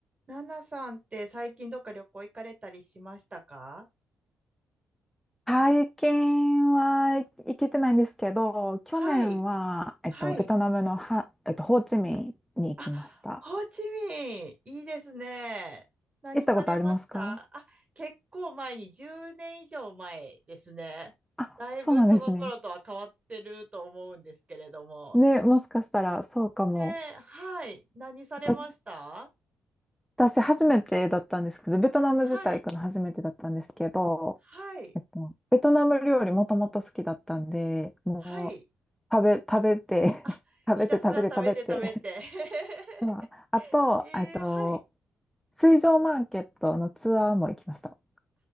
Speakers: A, on the right; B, in the centre.
A: ナナさんって最近どっか旅行行かれたりしましたか
B: 最近は行けてないんですけど、去年は、
A: はい。
B: えっと、
A: はい。
B: ベトナムのハ、えっと、ホーチミンに行きました。
A: あ、ホーチミン、いいですね。何されましたあ、
B: 行ったことありますか
A: 結構前に、10年以上前ですね。
B: あ、
A: だいぶその頃とは変わってると思うんですけれども。
B: そうなんですね。ね、もしかしたらそうかも。
A: ねえ、はい。何されました
B: 私、私初めてだったんですけど、ベトナム自体行くの初めてだったんですけど、
A: はい。はい。
B: えっと、ベトナム料理もともと好きだったんで、も
A: はい。
B: う食べ、食べて
A: あ、
B: <laughs> 食べて食べて食べて
A: ひたすら食べて食べて。<laughs>
B: まあ、あと、
A: えー、
B: えっと、
A: はい。
B: 水上マーケットのツアーも行きました。行